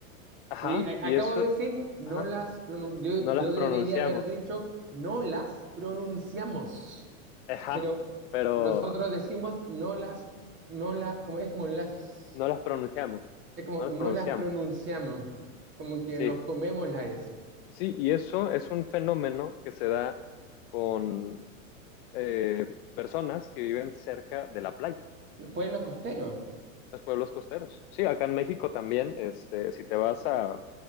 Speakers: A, on the left (about 45°); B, on the right (about 30°).
A: Ajá,
B: Fui- a- acabo
A: y eso,
B: de decir, no
A: ajá,
B: las pronun- Yo,
A: no
B: yo
A: las
B: debería
A: pronunciamos.
B: haber dicho, no las pronunciamos.
A: Ajá,
B: Pero
A: pero
B: nosotros decimos, no las, no la, como, es como las,
A: No las pronunciamos,
B: es como,
A: no
B: no
A: las pronunciamos.
B: las pronunciamos. Como que
A: Sí,
B: nos comemos la S.
A: sí, y eso es un fenómeno que se da con eh, personas que viven cerca de la playa,
B: Los pueblos costeros,
A: los pueblos costeros. Sí, acá en México también, este, si te vas a,